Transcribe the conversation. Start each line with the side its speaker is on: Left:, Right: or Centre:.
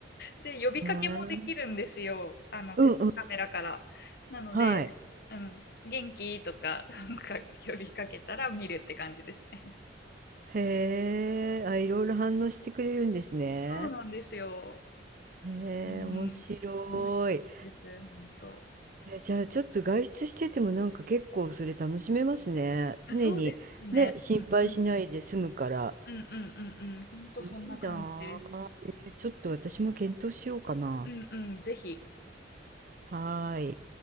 Left: で、呼びかけもできるんですよ。
Right: な
Left: あの、
Right: うんうん、
Left: ペットカメラから。なので、
Right: はい。
Left: うん、元気とか、なんか呼びかけたら見るって感じですね。
Right: へえ、あ、いろいろ反応してくれるんですね。
Left: そうなんですよ。
Right: へえ、
Left: うん、
Right: 面白い。
Left: 面白いです、ほんと。
Right: え、じゃあちょっと外出しててもなんか結構それ楽しめますね。常にね、
Left: あそうですね。
Right: 心配しないで済むから。
Left: うんうん。うんうんうんうん。ほんとそんな感じです。
Right: いいなあ。えーちょっと私も検討しようかな。
Left: うんうん、ぜひ。
Right: はーい。